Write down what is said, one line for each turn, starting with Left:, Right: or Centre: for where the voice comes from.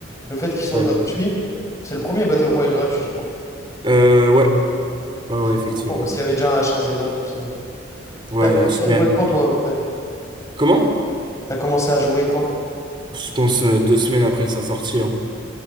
Left: Le fait qu'il soit
Right: Ouais.
Left: gratuit, c'est le premier Battle Royale gratuit, je crois.
Right: Euh, ouais. Ouais, ouais,
Left: Bah, C'est
Right: effectivement.
Left: trop fort parce qu'il y avait déjà un H1Z1, tout ça.
Right: Ouais,
Left: T'as commencé
Right: à- mais-
Left: à jouer quand, toi, à peu près?
Right: Comment?
Left: T'as commencé à jouer quand?
Right: Je pense euh, deux semaines après sa sortie, hein.